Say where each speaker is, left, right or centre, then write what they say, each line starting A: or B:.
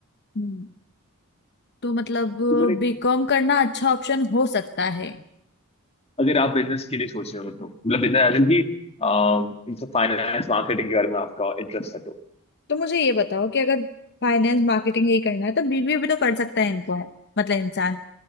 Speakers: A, on the left; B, on the left.
A: हम्म तो मतलब
B: तो मेरे
A: बीकॉम करना अच्छा ऑप्शन हो सकता है
B: अगर आप बिजनेस के लिए सोच रहे हो तो मतलब बिजनेस एज इन की अह फाइनेंस मार्केटिंग के बारे में आपका इंटरेस्ट है तो
A: तो मुझे ये बताओ कि अगर फाइनेंस मार्केटिंग यही करना है तो बीबीए भी तो कर सकता है इनको मतलब इंसान